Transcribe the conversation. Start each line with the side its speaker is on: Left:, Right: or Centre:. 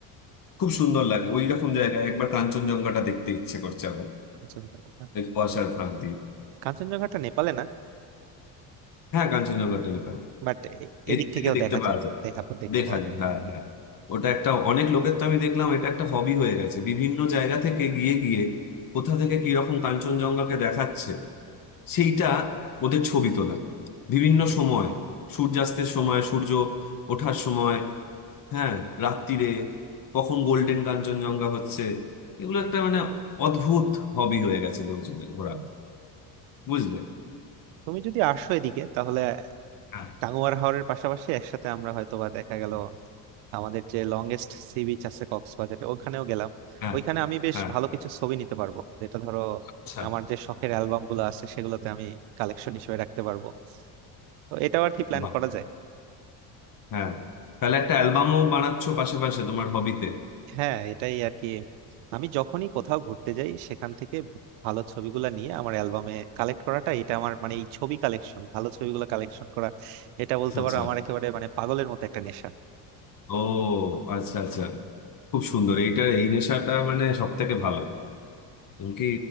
Left: খুব সুন্দর লাগে ওই রকম জায়গা একবার কাঞ্চনজঙ্ঘাটা দেখতে ইচ্ছে করছে আবার
Right: কাঞ্চনজঙ্ঘা
Left: এই কুয়াশার ফাঁক দিয়ে
Right: কাঞ্চনজঙ্ঘাটা নেপালে না
Left: হ্যাঁ কাঞ্চনজঙ্ঘাটা নেপাল
Right: বাট
Left: এদিক
Right: এদিক থেকেও
Left: থেকে দেখতে
Right: দেখা
Left: পাওয়া
Right: যায়
Left: যায়
Right: দেখা দেখতে
Left: দেখা
Right: পাওয়া
Left: যায়
Right: যায়
Left: হ্যাঁ হ্যাঁ ওটা একটা অনেক লোকের তো আমি দেখলাম এটা একটা হবি হয়ে গেছে বিভিন্ন জায়গা থেকে গিয়ে গিয়ে কোথা থেকে কি রকম কাঞ্চনজঙ্ঘাকে দেখাচ্ছে সেইটা ওদের ছবি তোলা বিভিন্ন সময় সূর্যাস্তের সময় সূর্য ওঠার সময় হ্যাঁ রাত্তিরে কখন গোল্ডেন কাঞ্চনজঙ্ঘা হচ্ছে এগুলো একটা মানে অদ্ভুত হবি হয়ে গেছে লোকজনের ঘোরা
Right: হুম।
Left: বুঝলে
Right: তুমি যদি আসো এদিকে তাহলে
Left: হ্যাঁ
Right: টাঙ্গুয়ার হাওরের পাশাপাশি একসাথে আমরা হয়তোবা দেখা গেল আমাদের যে লংগেস্ট সি বিচ আছে কক্সবাজারে ওখানেও গেলাম
Left: হ্যাঁ
Right: ওইখানে আমি বেশ
Left: হ্যাঁ
Right: ভালো কিছু ছবি নিতে পারবো যেটা ধরো
Left: আচ্ছা
Right: আমার যে শখের অ্যালবাম গুলো আছে সেগুলোতে আমি কালেকশন হিসেবে রাখতে পারবো তো এটাও আর কি প্ল্যান
Left: বাহ
Right: করা যায়
Left: হ্যাঁ তাহলে একটা অ্যালবামও বানাচ্ছো পাশাপাশি তোমার হবিতে
Right: হ্যাঁ এটাই আর কি আমি যখনই কোথাও ঘুরতে যাই সেখান থেকে ভালো ছবিগুলো নিয়ে আমার অ্যালবামে কালেক্ট করাটা এটা আমার মানে এই ছবি কালেকশন ভালো ছবিগুলো কালেকশন করা এটা বলতে
Left: আচ্ছা
Right: পারো আমার একেবারে মানে পাগলের মতো একটা নেশা
Left: ও আচ্ছা আচ্ছা খুব সুন্দর এইটা এই নেশাটা মানে সব থেকে ভালো এমনকি